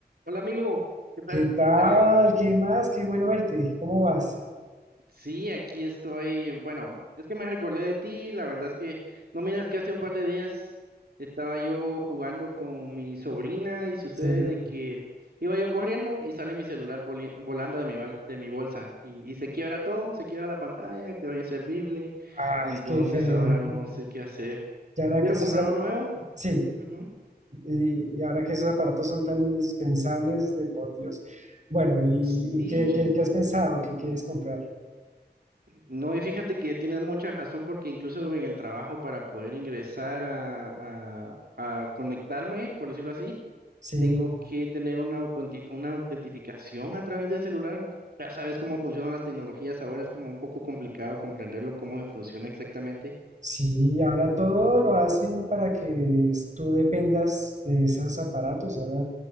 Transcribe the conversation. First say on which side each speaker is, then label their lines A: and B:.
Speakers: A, on the right (about 65°); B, on the right (about 45°).
A: Hola amigo, ¿qué tal?
B: ¿Qué tal?
A: ¿Cómo te va?
B: ¿Qué más? Qué bueno verte. ¿Cómo vas?
A: Sí, aquí estoy. Bueno, es que me recordé de ti. La verdad es que no miras que hace un par de días estaba yo jugando con mi sobrina y sucede
B: Sí,
A: de que iba yo corriendo y sale mi celular voli- volando de mi, bal- de mi bolsa y, y se quiebra todo, se quiebra la pantalla, quedó inservible.
B: Ay,
A: Entonces
B: qué feo.
A: ahora no sé qué hacer.
B: Y ahora
A: Quiero
B: que esos,
A: comprar
B: ap-
A: un nuevo.
B: sí,
A: Ujú.
B: y, y ahora que esos aparatos son tan indispensables, de por Dios. Bueno, ¿y,
A: Sí.
B: y qué, qué, qué has pensado? ¿Qué quieres comprar?
A: No, y fíjate que tienes mucha razón porque incluso en el trabajo para poder ingresar a, a- a conectarme, por decirlo así,
B: Sí,
A: tengo que tener una, autenti- una autentificación a través del celular. Ya sabes cómo funcionan las tecnologías, ahora es como un poco complicado comprenderlo, cómo funciona exactamente.
B: sí, ahora todo lo hacen para que s- tú dependas de esos aparatos. Ahora